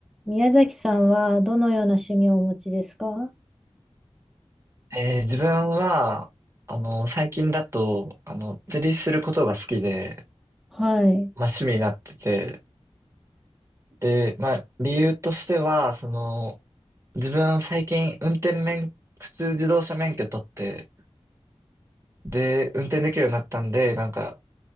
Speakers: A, in the centre; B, on the right.
A: 宮崎さんはどのような趣味をお持ちですか
B: えー自分は、あの、最近だと、あの、釣りすることが好きで、
A: はい。
B: まあ趣味になってて、で、まあ理由としては、その、自分最近運転免、普通自動車免許取って、で、運転できるようになったんで、なんか、